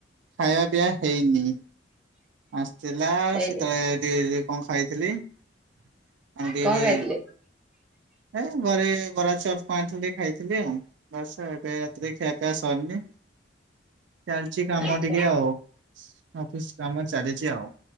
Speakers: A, on the right (about 70°); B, in the centre.
A: ଖାଇବା ପିଇବା ହେଇନି ଆସିଥିଲା
B: ହେଇନି
A: ସେତେବେଳେ ଟିକେ ଯେ କଣ ଖାଇଥିଲି ଏମିତି
B: କଣ
A: ଏବେ
B: ଖାଇଥିଲେ?
A: ଏ ଘରେ ବରା ଚପ୍ କଣ ଆଣିଥିଲେ ଟିକେ ଖାଇଥିଲି ଆଉ। ବସେ ଏତେ ରାତିରେ ଖିଆପିଆ ସରିନି। ଚାଲିଛି କାମ
B: ଆଚ୍ଛା
A: ଟିକେ ଆଉ ଅଫିସ୍ କାମ ଚାଲିଛି ଆଉ।